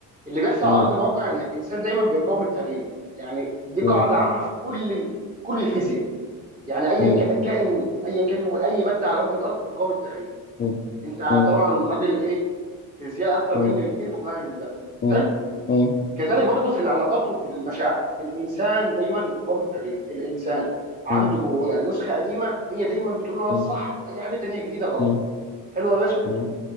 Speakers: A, on the right; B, on the left.
A: اللي بيحصل
B: مم،
A: على ارض الواقع ان الانسان دايما بيقاوم التغيير يعني دي
B: مم،
A: قاعده عامه في كل ال- كل الفيزياء يعني ايا
B: مم،
A: ك- كائن ايا كان هو اي ماده على وجه الارض بتقاوم التغيير
B: مم،
A: انت
B: مم،
A: طبعا راجل ايه فيزياء اكتر
B: مم،
A: مني بكتير وفاهم ده
B: مم،
A: حلو
B: مم،
A: كذلك برضو في العلاقات وفي المشاعر الانسان دايما بيقاوم التغيير الانسان عنده
B: مم،
A: جواه نسخه قديمه هي دايما بتقول له
B: مم.
A: انا الصح واي حاجه تانية جديده غلط
B: مم.
A: حلو يا باشا
B: مم.